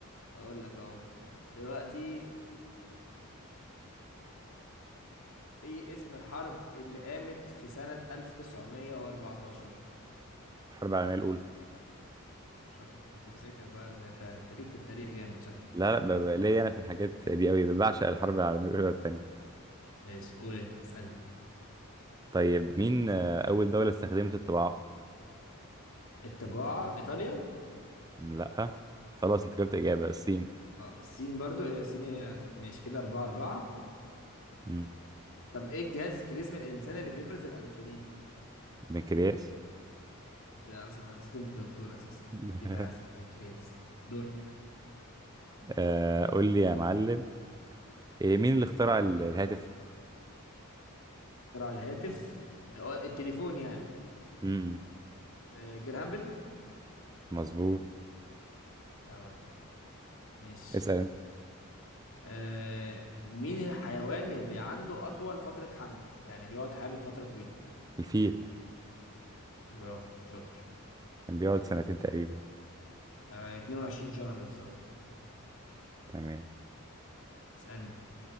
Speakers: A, on the left (about 65°); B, on the right (about 15°).
A: اقول لك اهو دلوقتي ايه اسم الحرب اللي قامت في سنة 1914
B: الحرب العالمية الأولى
A: شاطر انت مذاكر بقى ده انت تاريخ في التاريخ جامد شكلك
B: لا لا ب... ب... ليا انا في الحاجات دي قوي بعشق الحرب العالمية الأولى والتانية
A: ماشي قول انت اسألني
B: طيب مين آه، أول دولة استخدمت الطباعة؟
A: الطباعة ايطاليا
B: مم، لأ خلاص أنت جبت إجابة الصين
A: اه الصين برضو الى الصين ماشي كده اربعة اربعة
B: مم،
A: طب ايه الجهاز في جسم الانسان اللي بيفرز الانسولين
B: بنكرياس
A: انت اصلا نسيت انت دكتور اساسا
B: <laughs>
A: كده عارف البنكرياس دور
B: آه، قول لي يا معلم إيه مين اللي اخترع ال- الهاتف؟
A: اخترع الهاتف اه، التليفون يعني
B: مم،
A: اه، جرهامبل
B: مظبوط
A: يا ولد ماشي
B: اسأل أنت
A: آه مين الحيوان اللي عنده أطول فترة حمل يعني بيقعد حامل فترة طويلة
B: الفيل
A: برافو شاطر
B: كان بيقعد سنتين تقريبا
A: آه 22 شهر بالظبط
B: تمام
A: اسألني